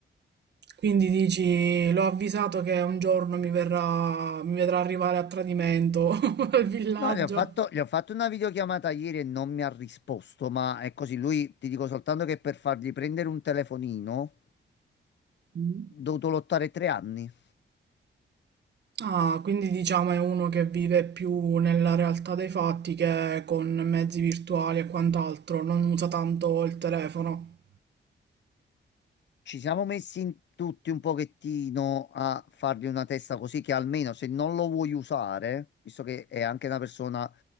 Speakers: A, on the right; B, on the left.
A: Quindi dici, l'ho avvisato che un giorno mi verrà, mi vedrà arrivare a tradimento <laughs> al villaggio.
B: No, gli ho fatto, gli ho fatto una videochiamata ieri e non mi ha risposto, ma è così. Lui, ti dico soltanto che per fargli prendere un telefonino, ho
A: Mm.
B: dovuto lottare tre anni.
A: Ah, quindi diciamo è uno che vive più nella realtà dei fatti che con mezzi virtuali e quant'altro, non usa tanto il telefono.
B: Ci siamo messi in tutti un pochettino a fargli una testa così che almeno se non lo vuoi usare, visto che è anche una persona